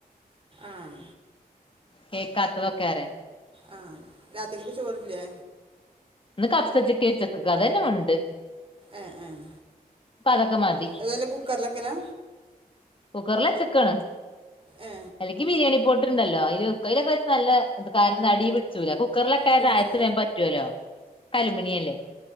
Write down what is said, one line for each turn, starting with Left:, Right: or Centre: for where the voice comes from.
Right: ആഹ്
Left: കേക്ക്ത്തതൊക്കേറയാ
Right: ആ രാത്രിക്ക് ചോറില്ലേ
Left: ന്ന് കഫ്സച്ച് കേച്ചക്കക്ക് അതെന്നെ ഉണ്ട്
Right: ആഹ് ആഹ്
Left: അപ്പൊ അതൊക്കെ മതി
Right: ഏതാല കുക്കറിലെക്കലാ
Left: കുക്കറിലെച്ച്ക്കാണ്
Right: ഏ
Left: അല്ലെങ്കി ബിര്യാണി പോട്ട്ണ്ടല്ലോ ഐൽ വെ ഐലൊക്കെ വെച്ചാ നല്ല കാരണം അടീ പിട്ച്ചൂല കു കുക്കറിലക്കെ
Right: പിടിച്ചു
Left: തായത്ത് വേം പറ്റോലോ ഒക്ക അലുമിനിയം ല്ലേ